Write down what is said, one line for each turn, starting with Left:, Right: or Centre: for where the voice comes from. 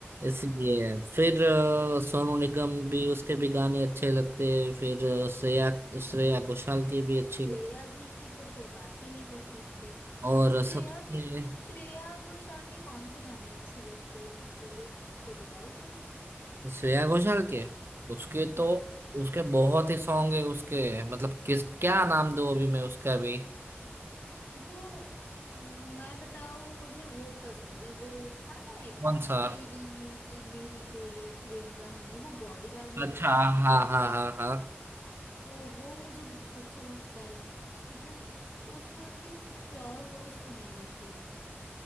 Left: हाँ
Right: इसलिए फिर अ, सोनू निगम भी उसके भी गाने अच्छे लगते हैं फिर अ, श्रेया श्रेया घोषाल की भी अच्छी
Left: श्रेया
Right: लग-
Left: जी की तो फिर बात ही नहीं कर सकते
Right: और
Left: श्रेया
Right: सबसे
Left: की श्रेया घोषाल के कौन से गाने अच्छे लगते हैं मतलब एक तो बताओ तुम
Right: श्रेया घोषाल के उसके तो
Left: हाँ
Right: उसके बहुत ही सॉन्ग है उसके मतलब किस क्या नाम दूँ अभी मैं उसका भी
Left: वो हम्म, मैं बताऊं मुझे वो पसंद है वो था ना एक
Right: कौन सा
Left: तेरी मेरी मेरी तेरी प्रेम कहानी वो बॉडीगार्ड मूवी
Right: अच्छा
Left: का सॉन्ग
Right: हाँ हाँ हाँ हाँ
Left: वो वो मुझे बहुत अच्छा लगता है मतलब उसमें उनकी प्योर वॉइस सुनाई देती है